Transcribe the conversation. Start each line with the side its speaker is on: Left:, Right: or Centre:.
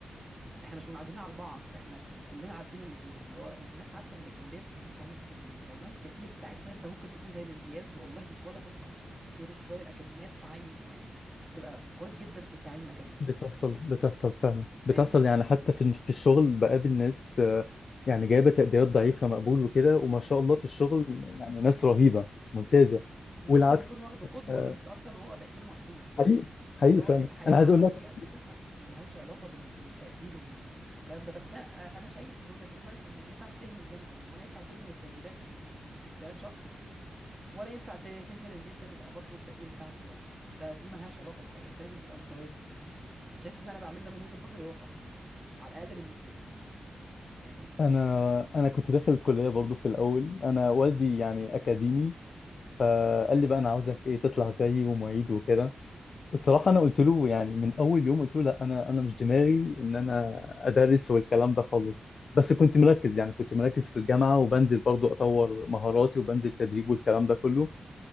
Right: احنا مش منعزلين على بعض احنا كلنا عارفين اللي فيها اللي هو الناس عارفه ان الكليه بتديك تعليم اكاديمي فوالله التقدير بتاعك ده انت ممكن تكون جايب امتياز والله ولا تفقه شيء غير الشويه الاكاديميه تتعين معيد تبقى كويس جدا في التعليم الاكاديمي
Left: بتحصل بتحصل فعلا
Right: فاهمني
Left: بتحصل يعني حتى في في الشغل بقابل ناس آه، يعني جايبة تقديرات ضعيفة مقبول وكده وما شاء الله في الشغل يعني ناس رهيبة ممتازة
Right: انت
Left: والعكس
Right: ممكن تكون واخده قدوه
Left: آه،
Right: ليك اصلا وهو تقديره مقبول فاهمني
Left: حقيقي حقيقي
Right: فهو
Left: فعلا
Right: الحياه
Left: انا
Right: العمليه
Left: عايز اقول لك
Right: او كده ما ما لهاش علاقه بال... بالتقدير و... والكلام ده بس انا انا شايف من وجهه نظري ان ما ينفعش تهمل جانب فيهم ولا ينفع تهمل التدريبات وانك تجتهد شخصي ولا ينفع ت- تهمل ان انت تبقى برضو التقدير بتاعك كويس ده دي ملهاش علاقه بحاجه انت لازم تبقى متوازن يعني انا شايف اللي انا بعمله ده من وجهه نظري هو صح على الاقل بالنسبه لي فاهمني
Left: انا انا كنت داخل الكلية برضو في الاول انا والدي يعني اكاديمي فقال لي بقى انا عاوزك ايه تطلع زيي ومعيد وكده الصراحه انا قلت له يعني من اول يوم قلت له لا انا انا مش دماغي ان انا ادرس والكلام ده خالص بس كنت مركز يعني كنت مركز في الجامعه وبنزل برضو اطور مهاراتي وبنزل تدريب والكلام ده كله